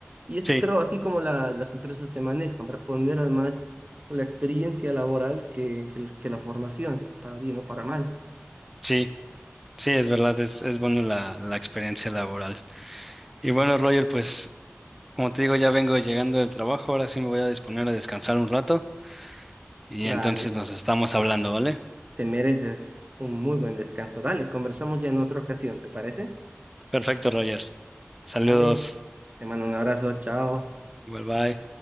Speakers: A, on the right (about 30°); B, in the centre.
A: Y es,
B: sí,
A: creo, así como la- las empresas se manejan, para ponderan más la experiencia laboral que, que el- que la formación, para bien o para mal.
B: sí, sí, es verdad, es, es bueno la, la experiencia laboral. Y bueno, Roger, pues como te digo, ya vengo llegando del trabajo, ahora sí me voy a disponer a descansar un rato y
A: Dale,
B: entonces nos estamos hablando, ¿vale?
A: te mereces un muy buen descanso. Dale, conversamos ya en otra ocasión, ¿te parece?
B: Perfecto, Roger. Saludos.
A: Dale, te mando un abrazo, chao.
B: Igual, bye.